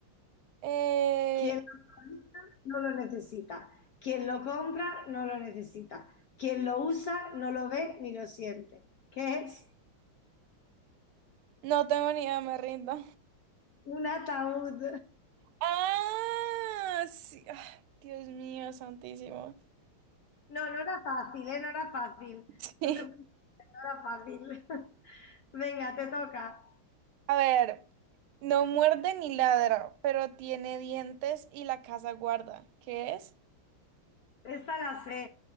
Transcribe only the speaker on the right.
Eh,
no tengo ni idea, me rindo.
Ah, sí. Ah, Dios mío, santísimo.
<laughs>
A ver, no muerde ni ladra, pero tiene dientes y la casa guarda. ¿Qué es?